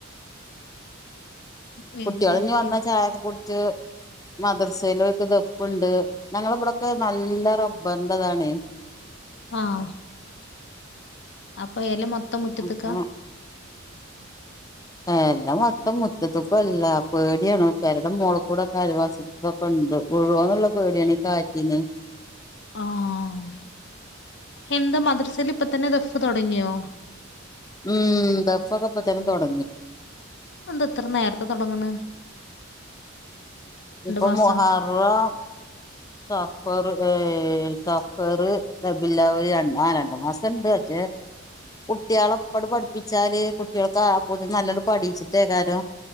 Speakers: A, on the left; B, on the left.
A: വേറെ
B: കുട്ടികളഞ്
A: എന്തൊക്കെയാ
B: വന്ന
A: എന്നിട്ട്?
B: ചായൊക്കെ കൊടുത്ത്. മദർസയിലക്ക് ദഫുണ്ട് ഞങ്ങള ഇവിടെൊക്കെ നല്ല റബ്ബറിന്റെതാണേ.
A: ആഹ. അപ്പൊ എല മൊത്തം മുറ്റത്ത്ക്കാ
B: അത് പോളാം. എല്ലാം മത്തം മുറ്റത്തക്കും അല്ല പേടിയാണ് പരടെ മോളക്കൂടൊക്കെ അഴിവാസത്തില ഉണ്ട് ഉഴുവന്നുള്ള പേടിയാണ് കാറ്റീന്ന്.
A: ആഹ എന്താ മദ്രസൽ ഇപ്പ തന്നെ ദഫ് തുടങ്ങിയോ?
B: ഉം ദഫ കപ്പത്തന്നെ തുടങ്ങി.
A: അന്ത ഇത്ര നേരത്തെ തുടങ്ങണ.
B: ഇപ്പ
A: മാസം
B: മുഹറം. സഫർ ഏ സഫർ റബില്ലാവല് ആ രണ്ട് ആ രണ്ടു മാസണ്ട്. ജ. കുട്ടികളെപ്പട് പഠിപ്പിച്ചാല് കുട്ടികൾക്ക് ആ പും നല്ലണം പഠിച്ചിട്ടേക്കാലോ.